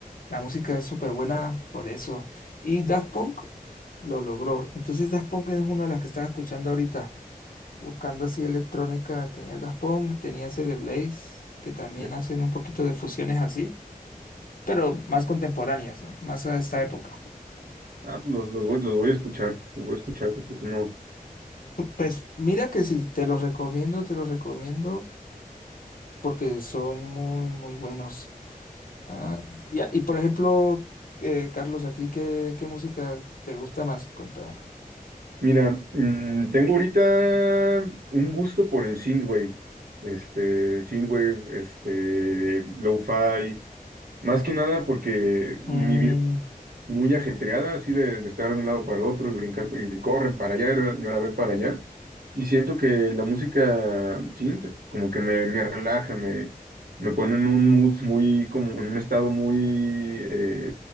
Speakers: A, on the left (about 70°); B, on the right (about 80°).
A: la música es súper buena por eso. Y Daft Punk lo logró. Entonces, Daft Punk es una de las que estaba escuchando ahorita, buscando así electrónica. Tenía Daft Punk, tenía ese de Blaze, que también
B: <laughs>
A: hacen un poquito de fusiones así, pero más contemporáneas, ¿no? Más a esta época.
B: Ah, pues los, los voy, los voy a escuchar, los voy a escuchar, porque pues no.
A: Pues mira que sí, te los recomiendo, te los recomiendo porque son muy, muy buenos. Ah, ya, Y por ejemplo, eh, Carlos, ¿a ti qué, qué música te gusta más? Cuéntame.
B: Mira, mm, tengo ahorita un gusto por el synthwave, este, synthwave, este, lo-fi, más que nada porque mi
A: Mm,
B: vida muy ajetreada, así de, de estar de un lado para el otro y brincar, y corre para allá, y ahora y ahora ve para allá. Y siento que la música synth como que me, me relaja, me, me pone en un mood muy, como en un estado muy, eh,